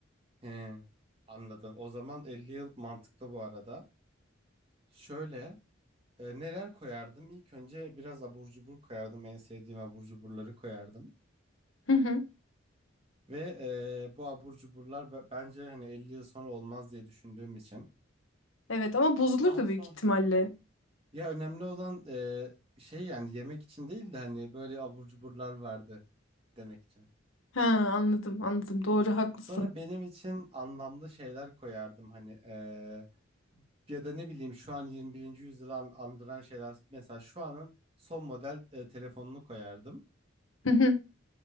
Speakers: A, on the right; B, on the left.
A: He, anladım. O zaman 50 yıl mantıklı bu arada. Şöyle e, neler koyardım? İlk önce biraz abur cubur koyardım. En sevdiğim abur cuburları koyardım.
B: Hı hı.
A: Ve e, bu abur cuburlar be- bence hani 50 yıl sonra olmaz diye düşündüğüm için.
B: Evet ama bozulurdu
A: Daha sonra.
B: büyük ihtimalle.
A: Ya önemli olan e, şey yani yemek için değil de hani böyle abur cuburlar vardı demek için.
B: Ha, anladım, anladım. Doğru, haklısın.
A: Sonra benim için anlamlı şeyler koyardım hani eee, ya da ne bileyim şu an 21. yüzyılı an- andıran şeyler mesela şu anın son model e, telefonunu koyardım.
B: Hı hı.